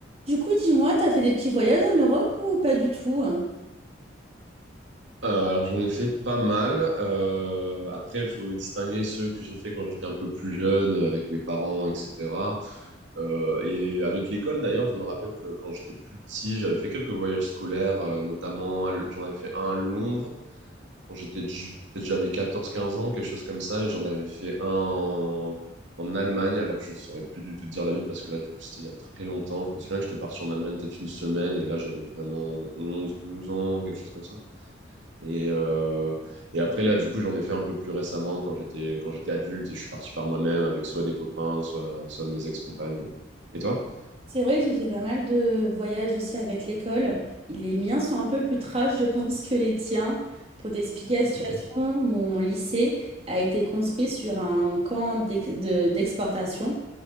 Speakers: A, on the right; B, on the right.
A: Du coup, dis-moi, t'as fait des petits voyages en Europe ou pas du tout? hein
B: Euh, alors j'en ai fait pas mal. Euh, après, il faut distinguer ceux que j'ai fait quand j'étais un peu plus jeune, euh, avec mes parents, etc. Euh, et avec l'école d'ailleurs, je me rappelle que quand j'étais plus petit, j'avais fait quelques voyages scolaires, euh, notamment à L- j'en avais fait un à Londres quand j'étais ju- peut-être j'avais quatorze, quinze ans, quelque chose comme ça, et j'en avais fait un en, en Allemagne. Alors je saurais plus du tout te dire la ville parce que là du coup c'était il y a très longtemps. Je me souviens que j'étais parti en Allemagne peut-être une semaine et là j'avais vraiment onze, douze ans, quelque chose comme ça. Et, euh, et après, là, du coup, j'en ai fait un peu plus récemment quand j'étais quand j'étais adulte et je suis parti par moi-même avec soit des copains, soit, soit mes ex-compagnes. Et toi?
A: C'est vrai, j'ai fait pas mal de voyages aussi avec l'école. Les miens sont un peu plus trash, je pense, que les tiens. Pour t'expliquer la
B: <laughs>
A: situation,
B: Ok.
A: mon lycée a été construit sur un camp d'ex- de- d'exportation.